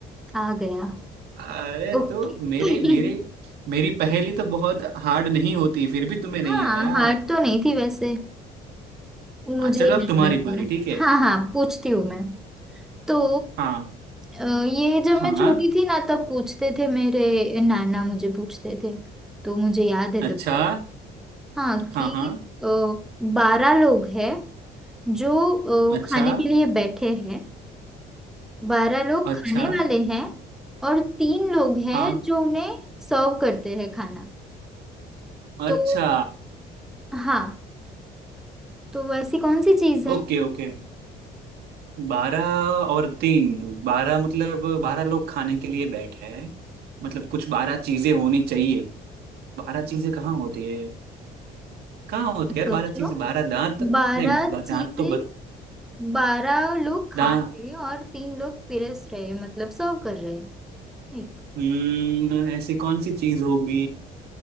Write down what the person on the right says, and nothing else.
अरे
तो मेरे
मेरे मेरी पहेली तो बहुत हार्ड नहीं होती फिर भी तुम्हें
नहीं आया
हाँ चलो
अब तुम्हारी
बारी ठीक है
हाँ
हाँ
अच्छा
हाँ
हाँ
अच्छा
अच्छा
हाँ
अच्छा
ओके ओके बारह और तीन बारह मतलब बारह लोग खाने के लिए बैठे हैं मतलब कुछ बारह चीजें होनी चाहिए बारह चीजें कहाँ होती है कहाँ होती
है यार बारह चीज बारह दांत
नहीं ब-
दांत तो
बद,
हम्म ऐसी कौन सी चीज होगी